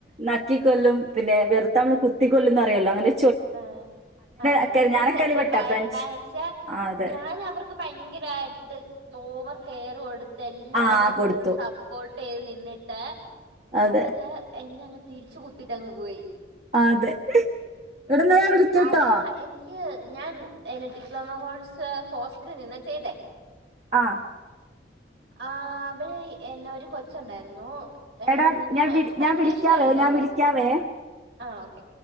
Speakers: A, on the right; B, on the right.
A: നക്കിക്കൊല്ലും പിന്നെ വെറുത്തമ്മള് കുത്തി കൊൊല്ലുംന്ന് അറിയല്ലോ അങ്ങനെ
B: ആഹ ആഹ് അങ്ങനെ
A: ഒക്കെ ഞാനൊക്കെ
B: ഒരു സെറ്റപ്പ്
A: അയില് പെട്ടാ
B: ആയിരുന്നു
A: ഫ്രഞ്ച്
B: കാരണം വച്ചാ
A: ആഹ് അതെ.
B: ഞാൻ അവർക്ക് ഭയങ്കര ദായ്യിട് ഓവർ കെയർ കൊടുത്ത് എല്ലാത്തിും
A: ആഹ്
B: ഫുൾ
A: കൊടുത്തു.
B: സപ്പോർട്ട് ചെയ്ത് നിന്നിട്ട്
A: അതെ
B: അവര് എന്നെ അങ്ങ് തിരിച്ച കുത്തിട്ടങ്ങ് പോയി
A: അതെ. എടാ ന്നാ ഞാൻ വിളിക്കട്ടോ.
B: അതാ എനിക്ക് ഞാൻെ ഡിപ്ലോമ ഹോസ്റ്റല നിന്ന് ചെയ്തേ
A: ആഹ
B: ആ അവവിടെ എന്നെ ഒരു കൊച്ചുണ്ടായിരുന്നു എന്നെ
A: എടാ ഞാൻ വി
B: എനിക്ക് ഭയങ്കര
A: ഞാൻ വിളിക്കാവേ
B: ഇഷ്ടായിരുന്നു
A: ഞാൻ
B: അവളെ.
A: വിളിക്കാവേ
B: ആ ഓക്കെ